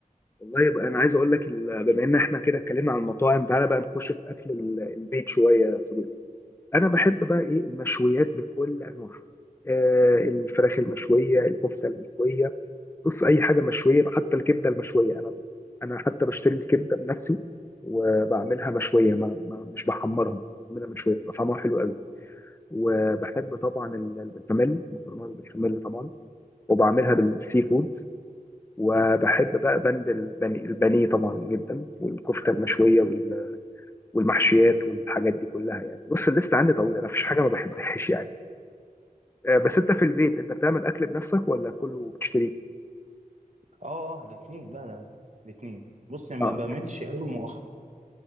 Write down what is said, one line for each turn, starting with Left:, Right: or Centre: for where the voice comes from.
Left: والله يبقى انا عايز اقول لك ال- بما ان احنا كده اتكلمنا عن المطاعم تعالى بقى نخش في اكل ال- البيت شويه يا صديقي انا بحب بقى ايه المشويات بكل انواعها آه الفراخ المشويه الكفته المشويه بص اي حاجه مشويه حتى الكبده المشويه انا انا حتى بشتري الكبده بنفسي وبعملها مشويه ما, ما مش بحمرها بعملها مشويه بتبقى طعمها حلو قوي وبحب طبعا ال- البشاميل مكرونه بالبشاميل طبعا وبعملها بالسي فود وبحب بقى بند البني البانيه طبعا جدا والكفته المشويه وال- والمحشيات والحاجات دي كلها يعني بص الليست عندي طويله انا مفيش حاجه ما بحبهاش يعني آه، بس انت في البيت انت بتعمل اكل بنفسك ولا كله بتشتريه؟
Right: اه اه الاثنين لا لا الاثنين بص يعني
Left: اه
Right: ما بملش قوي مؤخرا